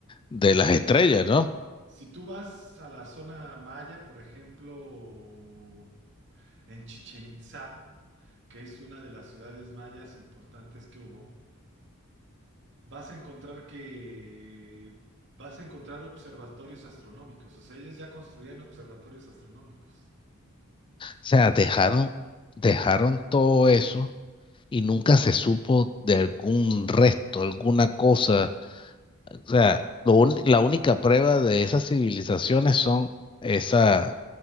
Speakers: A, on the left; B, on the right.
A: de las estrellas,
B: sí.
A: ¿no? O
B: Si tú vas a la zona maya, por ejemplo, en Chichen Itzá, que es una de las ciudades mayas importantes que hubo, vas a encontrar que vas a encontrar observatorios astronómicos. O sea, ellos ya construían observatorios astronómicos.
A: sea, dejaron, dejaron todo eso y nunca se supo de algún resto, alguna cosa. O sea, lo un- la única prueba de esas civilizaciones son esa,